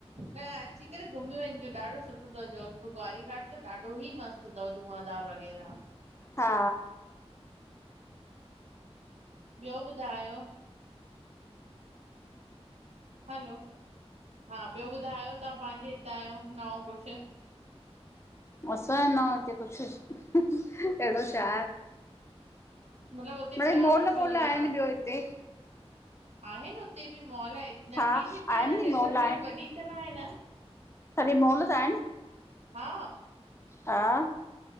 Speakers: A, on the right; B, on the left.
A: न अची करे घुमी वञिजो ॾाढो सुठो जबलपुर ग्आरी घाट त ॾाढो ईी मस्त अथव धुआधार वग़ैरह
B: हा
A: ॿियो ॿुधायो हलो हा ॿियो ॿुधायो तव्हां पंहिंजे हितां आयो न ओं कुछु
B: असां न हुते कुछु अहिड़ो छा
A: मतिलबु हुते
B: मिड़इ
A: छा
B: मॉल
A: मशहूरु
B: मोल आहिनि ॿियो हिते
A: आहे उते बि मॉल आहे नंढी
B: हा
A: सिटी
B: आहिनि
A: आहे न
B: नी
A: जैसलमेर
B: मॉल
A: वॾी त न आहे न
B: तड्हे मॉल त आहिनि
A: हा
B: हा